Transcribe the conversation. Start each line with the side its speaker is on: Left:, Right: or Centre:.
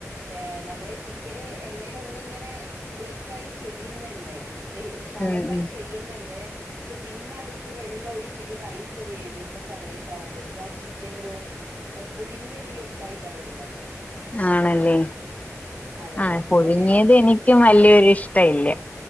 Right: ഏഹ് നമ്മളീ ചിക്കന് എണ്ണേലൊനിങ്ങനെ ഡീപ്പ് ഫ്രൈ ചെയ്യ്ന്ന്ണ്ട് ഇഹ് ശാലോഫ്രൈ
Left: ഉം ഉം
Right: ചെയ്യ്ന്ന്ണ്ട്, പക്ഷെ പിന്നത്. ക്ക് വെള്ളം ഒഴിച്ചിട്ട് റൈസ് വേവുന്ന സമയത്ത് ആകുമ്പോക്ക് ആ ചിക്കനൊരു അഹ് പുഴുങ്ങിയൊരു ലുക്കായിട്ടാ വരുന്നത്.
Left: ആണല്ലേ,
Right: അതെ
Left: ആഹ്
Right: അതെ
Left: പുഴുങ്ങിയത്
Right: അവന്
Left: എനിക്കും
Right: ആഹ്
Left: വല്യൊരു ഇഷ്ടവില്ല്യ